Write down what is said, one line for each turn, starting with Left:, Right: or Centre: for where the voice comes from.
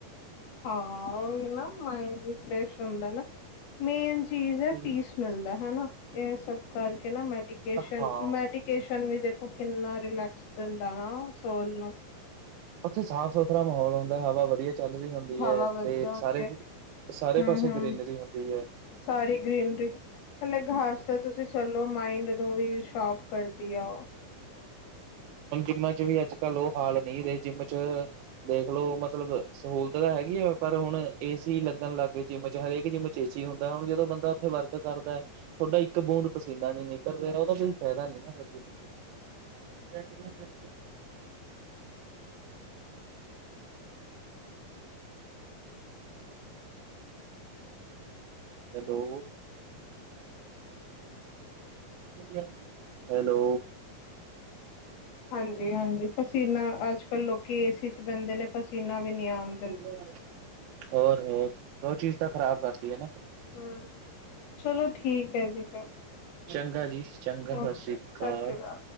Left: ਹਾਂ ਉਹੀ ਨਾ ਮਾਇੰਡ ਵੀ ਫਰੈਸ਼ ਹੁੰਦਾ ਨਾ ਮੇਨ ਚੀਜ਼
Right: ਹਾਂ
Left: ਹੈ ਪੀਸ ਮਿਲਦਾ ਹਨਾ। ਇਹ ਸਭ ਕਰਕੇ ਨਾ ਮੈਡੀਕੇਸ਼ਨ
Right: ਹਾਂ
Left: ਮੈਡੀ ਕੇਸ਼ਨ ਵੀ ਦੇਖੋ ਕਿੰਨਾ ਰਿਲੈਕਸ ਦਿੰਦਾ ਨਾ ਸੋਲ ਨੂੰ
Right: ਉੱਥੇ ਸਾਫ਼- ਸੁਥਰਾ ਮਾਹੌਲ ਹੁੰਦਾ, ਹਵਾ ਵਧੀਆ ਚੱਲ ਰਹੀ ਹੁੰਦੀ
Left: ਹਵਾ
Right: ਆ
Left: ਵਧੀਆ
Right: ਤੇ
Left: ਹੁੰਦੀ
Right: ਸਾਰੇ
Left: ਹੈ।
Right: ਸਾਰੇ
Left: ਹਮ
Right: ਪਾਸੇ
Left: ਹਮ
Right: ਗਰੀਨਰੀ ਹੁੰਦੀ ਆ
Left: ਸਾਰੀ ਗ੍ਰੀਨਰੀ ਥੱਲੇ ਗੈਸ ਤੇ ਤੁਸੀਂ ਚਲੋ ਮਾਇੰਡ ਨੂੰ ਵੀ ਸ਼ੋਪ ਕਰਦੀ ਆ ਉਹ
Right: ਹੁਣ ਜਿੰਮਾਂ ਚ ਵੀ ਅੱਜ- ਕੱਲ ਉਹ ਹਾਲ ਨਹੀਂ ਰਹੇ ਜਿੰਮ 'ਚ' ਦੇਖਲੋ ਮਤਲਬ ਸਹੂਲਤ ਤਾਂ ਹੈਗੀ ਆ ਪਰ ਹੁਣ ਏ, ਸੀ, ਲੱਗਣ ਲੱਗਏ ਜਿੰਮ ਚ ਹਰੇਕ ਜਿੰਮ ਏ, ਸੀ, ਹੁੰਦਾ ਹੁਣ ਜਦੋਂ ਬੰਦਾ ਉੱਥੇ ਵਰਕ ਕਰਦਾ। ਥੋਹਡਾ ਇੱਕ ਬੂੰਦ ਪਸੀਨਾ ਨੀ ਨਿਕਲ ਰਿਹਾ ਉਹਦਾ ਕੋਈ ਫਾਇਦਾ ਨੀ ਨਾ ਮੇਰੀ 'ਚ' ਬਹਾਰ ਜਾ ਕੇ ਹੈਲੋ। ਵਧੀਆ, ਹੈਲੋ।
Left: ਹਾਂਜੀ- ਹਾਂਜੀ ਪਸੀਨਾ ਅੱਜ- ਕੱਲ੍ਹ ਲੋਕੀ ਏ, ਸੀ, 'ਚ' ਬਹਿੰਦੇ ਨੇ ਪਸੀਨਾ ਵੀ ਨਹੀਂ ਆਉਂਦਾ
Right: ਕੋਈ ਫਾਇਦਾ ਨੀ, ਹੋਰ- ਹੋਰ ਉਹ ਚੀਜ਼ ਤਾਂ ਖ਼ਰਾਬ ਕਰਦੀ ਹੈ ਨਾ
Left: ਹੁ, ਚਲੋ ਠੀਕ ਹੈ ਜੀ ਫਿਰ
Right: ਚੰਗਾ ਜੀ ਚੰਗਾ ਸਸਰੀ
Left: ਓਕੇ ਸਤਿ
Right: ਕਾਲ
Left: ਸ਼੍ਰੀ ਅਕਾਲ